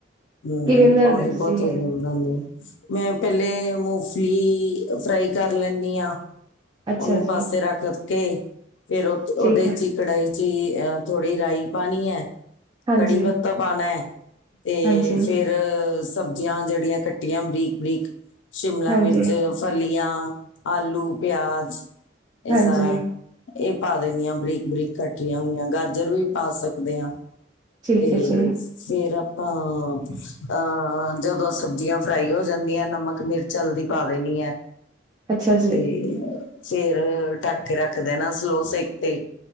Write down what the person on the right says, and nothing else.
ਕਿਵੇਂ ਬਣਾਉਂਦੇ
ਤੁਸੀਂ
ਇਹ?
ਅੱਛਾ
ਜੀ,
ਠੀਕ ਹੈ,
ਹਾਂਜੀ,
ਹਾਂਜੀ,
ਹਾਂਜੀ,
ਹਾਂਜੀ।
ਠੀਕ
ਹੈ ਜੀ,
<unintelligible> ਜੀ,